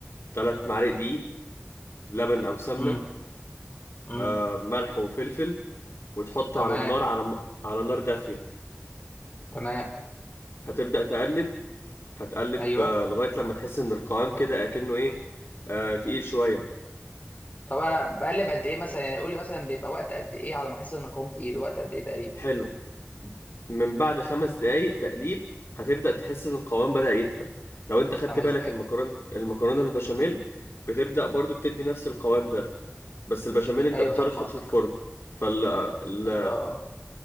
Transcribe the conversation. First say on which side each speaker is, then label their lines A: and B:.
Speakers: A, on the left; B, on the left.
A: تلات معالق دقيق لبن او سمنة
B: مم. مم.
A: آه، ملح وفلفل وتحط
B: تمام
A: على النار على م- على نار دافية
B: تمام
A: هتبدأ تقلب هتقلب
B: ايوه
A: آه، لغاية لما تحس ان القوام كده اكنه ايه آه تقيل شوية
B: طب انا بقلب قد ايه مثلا يعني قول لي مثلا بيبقى وقت قد ايه على ما احس ان أنا قمت ايه وقت قد ايه تقريبا
A: حلو من بعد خمس دقايق تقليب هتبدأ تحس ان القوام بدأ يتقل لو انت خدت
B: خمس
A: بالك
B: دقائق
A: المكرونة المكرونة البشاميل بتبدأ برضو بتدي نفس القوام ده بس البشاميل انت
B: ايوه
A: بتضطر
B: فاهم
A: تحطه
B: قصدك
A: في الفرن فال آه، ال...
B: ايوه اه